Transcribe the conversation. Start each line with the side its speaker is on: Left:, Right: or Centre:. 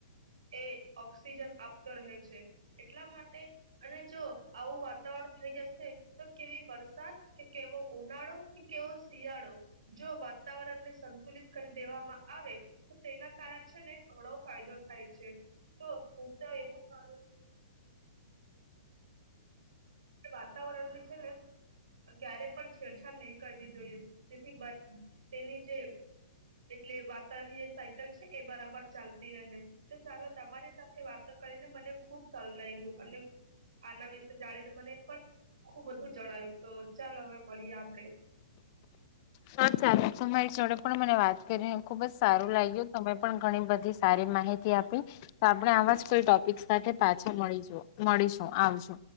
Right: એ ઓક્સિજન આપતો રહે છે એટલા માટે અને જો આવું વાતાવરણ થઈ જશે તો કેવી વરસાદ કે કેવો ઉનાળો કે કેવો શિયાળો જો વાતાવરણને સંતુલિત કરી દેવામાં આવે તો તેના કારણ છે ને ઘણો ફાયદો થાય છે તો હું તો એવું જ માનું છું. વાતાવરણની છે ને ક્યારે પણ છેડછાડ નહીં કરવી જોઈએ તેથી બ તેની જે એટલે વાતાવરણની જે સાયકલ છે એ બરાબર ચાલતી રહે તો ચાલો તમારી સાથે વાતો કરીને મને ખુબ સારું લાગ્યું અને આના વિશે જાણી મને પણ ખુબ બધું જણાયું તો ચાલો હવે મળીએ આપડે.
Left: હ ચાલે તમારી છોડો પણ મને વાત કરીને ખુબ જ સારું લાગ્યું. તમે પણ ઘણી બધી સારી માહિતી આપી તો આપણે આવા જ કોઈ ટોપિક સાથે પાછા મળીશુ મળીશું આવજો.